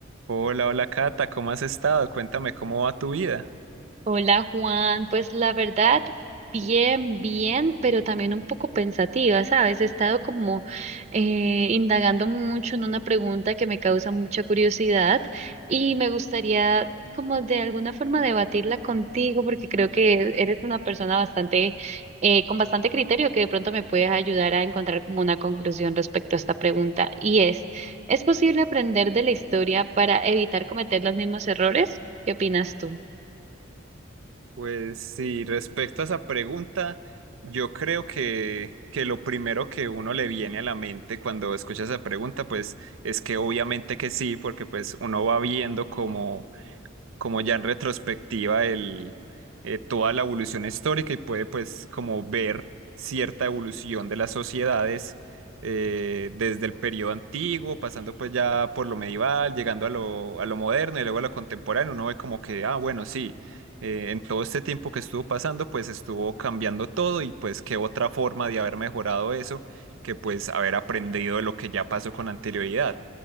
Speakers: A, on the right (about 75°); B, on the right (about 35°).
A: Hola, hola Cata, ¿cómo has estado? Cuéntame cómo va tu vida.
B: Hola Juan, pues la verdad, bien, bien, pero también un poco pensativa, ¿sabes? He estado como eh, indagando mucho en una pregunta que me causa mucha curiosidad y me gustaría como de alguna forma debatirla contigo porque creo que eres una persona bastante, eh, con bastante criterio que de pronto me puedes ayudar a encontrar como una conclusión respecto a esta pregunta y es, ¿es posible aprender de la historia para evitar cometer los mismos errores? ¿Qué opinas tú?
A: Pues sí, respecto a esa pregunta, yo creo que, que lo primero que uno le viene a la mente cuando escucha esa pregunta, pues es que obviamente que sí, porque pues uno va viendo como como ya en retrospectiva el, eh, toda la evolución histórica y puede pues como ver cierta evolución de las sociedades eh, desde el periodo antiguo, pasando pues ya por lo medieval, llegando a lo, a lo moderno y luego a lo contemporáneo, uno ve como que, ah, bueno, sí, eh, en todo este tiempo que estuvo pasando pues estuvo cambiando todo y pues qué otra forma de haber mejorado eso que pues haber aprendido de lo que ya pasó con anterioridad